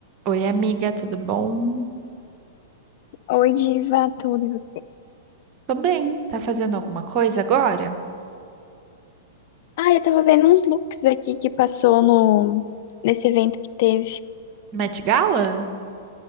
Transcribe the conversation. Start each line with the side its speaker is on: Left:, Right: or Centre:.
Right: Oi, amiga, tudo bom?
Left: Oi, Diva, tudo e você?
Right: Tô bem. Tá fazendo alguma coisa agora?
Left: Ah, eu tava vendo uns looks aqui que passou no nesse evento que teve.
Right: Met Gala?